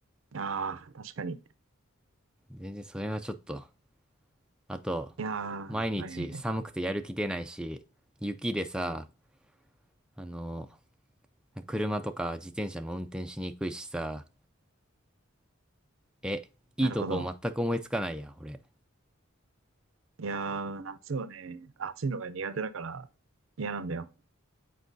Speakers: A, on the right; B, in the centre.
A: ああ、確かに。い
B: 全然それはちょっと。あと、
A: や
B: 毎日寒くてやる気出ないし、
A: ー、はいはいはい。
B: 雪でさ、あの、車とか自転車も運転しにくいしさ、え、
A: なるほど。
B: いいとこ全く思いつかないや、俺。
A: いやー、夏はね、暑いのが苦手だから嫌なんだよ。